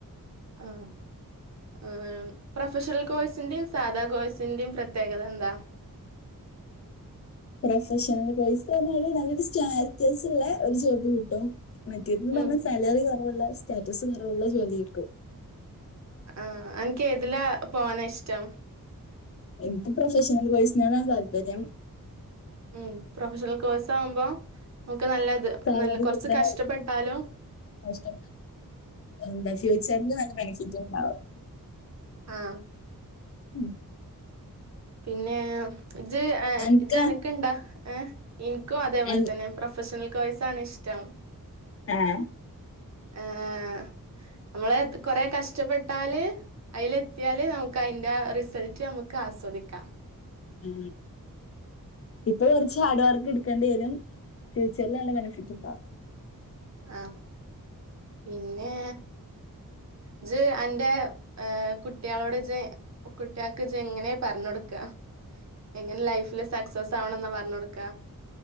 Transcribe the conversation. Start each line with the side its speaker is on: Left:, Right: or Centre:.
Right: ആഹ്. പ്രൊഫഷണൽ കോഴ്സിന്റെയും സാധാ കോഴ്സിന്റെയും പ്രത്യേകത എന്താ?
Left: പ്രൊഫഷണൽ കോഴ്സ് എന്ന് പറഞ്ഞാൽ നല്ലൊരു സ്റ്റാടസ് ള്ള ഒരു ജോബ് കിട്ടും. മറ്റേട്ത് ന്ന് പറഞ്ഞ
Right: ഉം
Left: സാലറി കുറവുള്ള സ്റ്റാറ്റസ് കുറവുള്ള ജോലി ആയി രിക്കും.
Right: ആഹ അൻക്ക് എതില പോവാന ഇഷ്ടം.
Left: ഇൻക്ക് പ്രൊഫഷണൽ കോഴ്സിനോടാ താല്പര്യം.
Right: ഉം പ്രൊഫഷണൽ കോഴ്സ് ആവുമ്പോ നമുക്ക് നല്ലത്.
Left: സാലറി
Right: നല്ല കൊറച്ച്
Left: കൂടുതലാണ്
Right: കഷ്ടപ്പെട്ടാലും.
Left: ഇഷ്ടം എന്താ ഫ്യൂച്ചറിന് നല്ല ബെനിഫിറ്റ് ഉണ്ടാവും
Right: ആഹ
Left: ഉം
Right: പിന്നെ ഇജ്
Left: എനിക്ക്
Right: ഇജ് എനക്ക് ഇണ്ടാ ഏ എനിക്കും അതേപോലെ
Left: എനി-
Right: തന്നെ പ്ര പ്രൊഫഷണൽ കോയ്സണ് ഇഷ്ടം
Left: ആഹ
Right: ആഹ നമ്മളെ കൊറെ കഷ്ടപ്പെട്ടാല് അതിൽ എത്തിയാല് നമുക്ക് അതിന്റെ റിസൾട്ട് നമുക്ക് ആസ്വദിക്കാം
Left: ഉ ഇപ്പൊ കുറച്ച് ഹാർഡ് വർക്ക് എടുക്കേണ്ടി വരും ഫ്യൂച്ചറിൽ നല്ല ബെനിഫിറ്റ് ഉണ്ടവും
Right: ആഹ പിന്നെ ഇജ് എന്റെ ഏ കുട്ടികളോട് ജ് കുട്ടികൾക്ക് ജ് എങ്ങനെ പറഞ്ഞൊടുക്ക എങ്ങനെ ലൈഫില് സക്സസ് ആവണം എന്നാ പറഞ് കൊടുക്ക